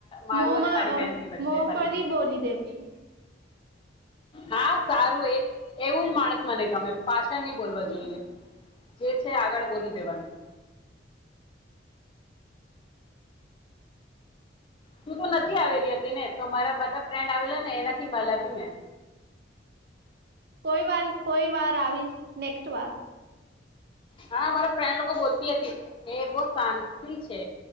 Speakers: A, on the left (about 30°); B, on the right (about 60°).
A: મારું
B: મોમાં
A: અને તારી બેહેનની વચ્ચે
B: મોપરી
A: બંને
B: બોલી દેવ છે.
A: હા સારું એ એવું જ માણસ મને ગમે પાછળ નહી બોલવા જોઈએ, જે છે આગળ બોલી દેવાનું. તું તો નથી આવેલી હતી ને તો મારા બધા ફ્રેન્ડ આવેલા ને એનાથી મળલા બી મે.
B: કોઈ વાર કોઈ વાર આવીશ નેક્સ્ટ વાર.
A: હા મારા ફ્રેન્ડ લોકો બોલતી હતી, એ બહ શાંતિ છે,